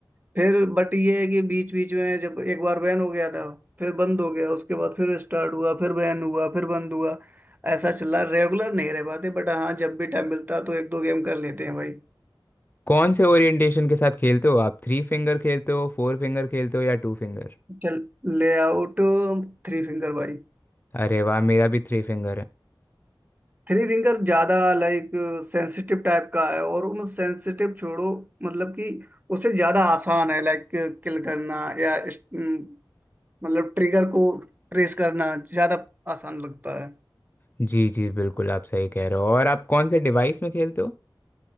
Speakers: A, on the right; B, on the left.
A: फिर बट ये है कि बीच बीच में जब एक बार बैन हो गया था फिर बंद हो गया उसके बाद फिर स्टार्ट हुआ फिर बैन हुआ फिर बंद हुआ ऐसा चला रेगुलर नहीं रह पाते बट हाँ जब भी टाइम मिलता तो एक दो गेम कर लेते हैं भाई
B: कौन से ओरिएंटेशन के साथ खेलते हो आप थ्री फिंगर खेलते हो फोर फिंगर खेलते हो या टू फिंगर
A: चल ले आउट थ्री फिंगर भाई
B: अरे वाह मेरा भी थ्री फिंगर है
A: थ्री रिंगर ज्यादा लाइक सेंसिटिव टाइप का है और उन सेंसिटिव छोड़ो मतलब कि उसे ज्यादा आसान है लाइक किल करना या इस- अम, मतलब ट्रिगर को ट्रेस करना ज्यादा आसान लगता है
B: जी जी बिल्कुल आप सही कह रहे हो और आप कौन से डिवाइस में खेलते हो